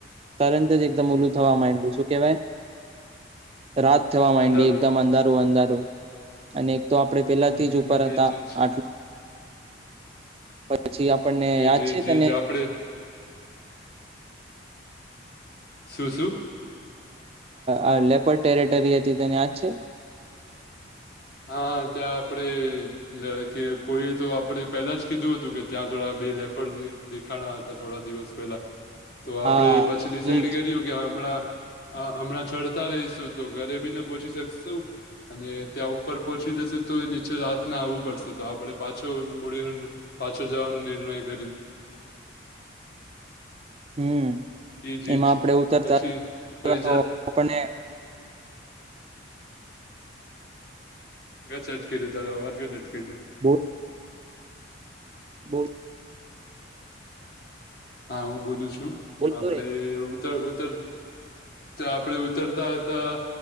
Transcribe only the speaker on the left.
<inaudible>
અંધારું
હમ
એજ એજ
એ
જી
જી
આપડે શું શું
હા ત્યાં આપડે એ કે કોઈએ તો આપડે પેલા જ કીધું હતું કે ત્યાં થોડા બે લેપર દેખાણા હતા થોડા દિવસ પેલા તો આપડણે
પછી ડિસાઈડ
કર્યું કે હમણાં હમણાં ચડતા રહીશું તો ઘરે બી ના પહોંચી શકશું અને ત્યાં પર પહોંચી જશે તો એ નીચે રાત ના આવવું પડશે તો આપડે પાછો મૂડીને પાછો જવાનું નિર્ણય કર્યું
ઈજ
ઈજ
પછી પછી
જાત
ઘ ચ અટકે છે તારા આવાજ ઘ અટકે છે
હા હું બોલું છું
આપડે
ઉતર ઉત્તર આપડે ઉતરતા હતા